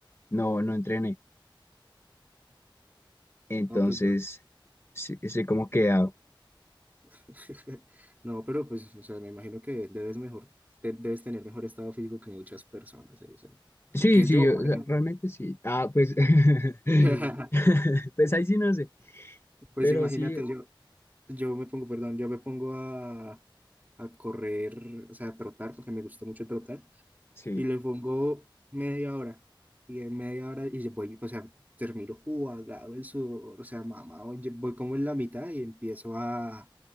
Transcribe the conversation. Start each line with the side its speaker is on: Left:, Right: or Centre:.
Left: No, no entrené. Entonces,
Right: No, pues yo
Left: sí, sí, como que ah,
Right: <laughs> No, pero pues, o sea, me imagino que debes mejor, te- debes tener mejor estado físico que muchas personas, ¿eh? O sea,
Left: Sí,
Right: que
Left: sí,
Right: yo,
Left: o
Right: por
Left: sea,
Right: ejemplo.
Left: realmente sí. Ah, pues, <laughs>
Right: <laughs>
Left: pues ahí sí no sé,
Right: Pues
Left: pero
Right: imagínate,
Left: sí,
Right: yo, yo me pongo, perdón, yo me pongo a, a correr, o sea, a trotar, porque me gusta mucho trotar.
Left: sí,
Right: y le pongo media hora. Y en media hora, y yo voy, o sea, termino jugado en sudor, o sea, mamado, yo voy como en la mitad y empiezo a,